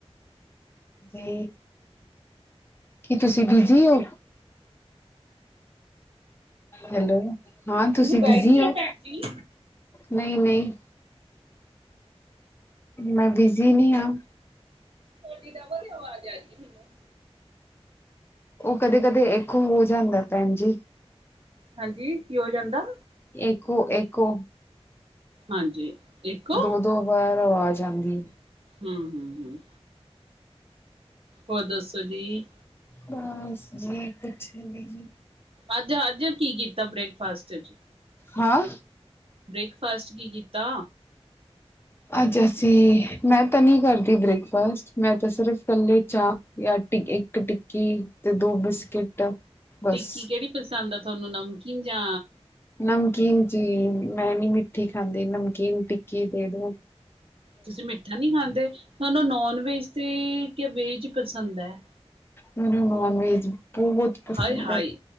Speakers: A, on the left (about 20°); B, on the right (about 60°).
A: ਤੇ, ਕੀ ਤੁਸੀਂ ਬਿਜੀ ਹੋ? ਹੈਲੋ ਹਾਂ ਤੁਸੀਂ
B: ਬਾਈਕ
A: ਬਿਜੀ
B: ਤੇ
A: ਹੋ?
B: ਭੈਣ ਜੀ
A: ਨਹੀਂ ਨਹੀਂ, ਮੈਂ ਬਿਜ਼ੀ ਨਹੀਂ ਹਾ,
B: ਤੁਹਾਡੀ ਡਬਲ ਆਵਾਜ ਆ ਰਹੀ ਏ ਮੈਨੂੰ,
A: ਉਹ ਕਦੇ ਕਦੇ ਇੱਕੋ ਹੋ ਜਾਂਦਾ ਭੈਣ ਜੀ,
B: ਹਾਂਜੀ ਕੀ ਹੋ ਜਾਂਦਾ,
A: ਇੱਕੋ ਇੱਕੋ
B: ਹਾਂਜੀ, ਇੱਕੋ
A: ਦੋ ਦੋ ਵਾਰ ਆਵਾਜ਼, ਜਾਂਦੀ,
B: ਹੂੰ ਹੂੰ ਹੂੰ, ਹੋਰ ਦੱਸੋ ਜੀ,
A: ਬਸ ਜੀ ਕੁਛ ਨਹੀਂ,
B: ਅੱਜ ਅੱਜ ਕੀ ਕੀਤਾ ਬ੍ਰੇਕਫਾਸਟ ਚ
A: ਹਾਂ,
B: ਬ੍ਰੇਕਫਾਸਟ ਕੀ ਕੀਤਾ।
A: ਅੱਜ ਅਸੀਂ ਮੈਂ ਤਾਂ ਨੀ ਕਰਦੀ ਬ੍ਰੇਕਫਾਸਟ ਮੈਂ ਤਾਂ ਸਿਰਫ਼ ਇਕੱਲੇ ਚਾਹ ਜਾਂ ਇੱਕ ਟਿੱਕੀ ਤੇ ਦੋ ਬਿਸਕਿਟ ਬਸ
B: ਟਿੱਕੀ ਕਿਹੜੀ ਪਸੰਦ ਆ। ਸਾਨੂੰ ਨਮਕੀਨ ਜਾ
A: ਨਮਕੀਨ ਜੀ ਮੈਂ ਨੀ ਮਿੱਠੀ ਖਾਂਦੀ ਨਮਕੀਨ ਟ <unintelligible>
B: ਤੁਸੀਂ ਮਿੱਠਾ ਨਹੀਂ ਖਾਂਦੇ ਤੁਹਾਨੂੰ ਨੋਨ ਵੈਜ ਤੇ ਕ ਵੇਜ ਪਸੰਦ ਹੈ।
A: ਮੈਨੂੰ ਨੋਨ ਵੈਜ ਬਹੁਤ ਪਸੰਦ
B: ਹਾਏ-ਹਾਏ
A: ਹੈ